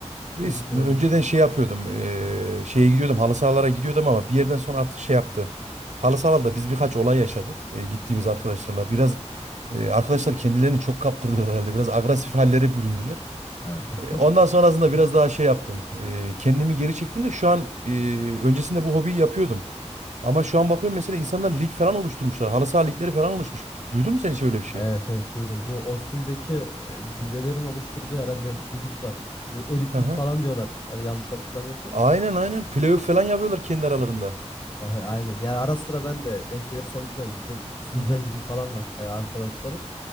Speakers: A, on the right; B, on the left.
A: Reis
B: Öyle sorayım
A: önceden
B: mesela.
A: şey yapıyordum. eee, şeye gidiyordum. Halı sahalara gidiyordum ama bir yerden sonra artık şey yaptı. Halı sahalarda biz birkaç olay yaşadık. eee, gittiğimiz arkadaşlarla biraz eee, arkadaşlar kendilerini çok kaptırdılar herhalde. Biraz agresif hallere büründüler.
B: Ha.
A: Eee, ondan sonrasında biraz daha şey yaptım. eee, kendimi geri çektim de şu an eee, öncesinde bu hobiyi yapıyordum. Ama şu an bakıyorum mesela insanlar lig falan oluşturmuşlar. Halı saha ligleri falan oluşmuş. Duydun mu sen hiç öyle bir şey?
B: Evet evet duydum. Bu Ostim'deki e, bilyelerin oluşturduğu herhalde bir lig var. Bu elitlik
A: Hı hı.
B: falan diyorlar. Eğer yanlış hatırlamıyorsam.
A: Aynen aynen. Playoff falan yapıyorlar kendi aralarında.
B: E, Aynen. Yani ara sıra ben de denk gelirsem gidiyorum. Bizim Sincan
A: Hı hı.
B: Gücü falan var e, arkadaşların.